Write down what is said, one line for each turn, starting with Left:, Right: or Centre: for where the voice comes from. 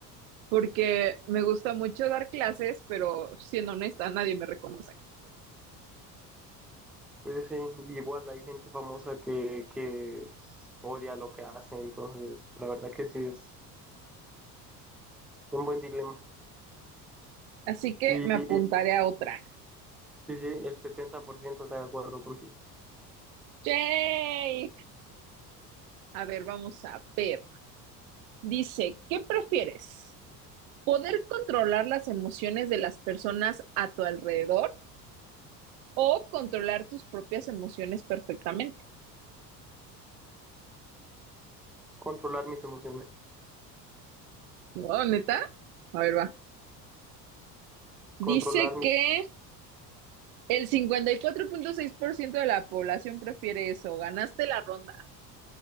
Right: Porque me gusta mucho dar clases, pero siendo honesta, nadie me reconoce.
Centre: Pues sí, igual hay gente famosa que, que s- odia lo que hace, entonces la verdad que sí es un buen dilema.
Right: Así que
Centre: Y
Right: me apuntaré
Centre: sí,
Right: a otra.
Centre: sí, sí, el 70% está de acuerdo contigo.
Right: ¡Yay! A ver, vamos a ver. Dice, ¿qué prefieres? ¿Poder controlar las emociones de las personas a tu alrededor o controlar tus propias emociones perfectamente?
Centre: Es controlar mis emociones,
Right: Wow, neta. A ver, va. Dice
Centre: controlar mi...
Right: que el cincuenta y cuatro punto seis por ciento de la población prefiere eso. Ganaste la ronda.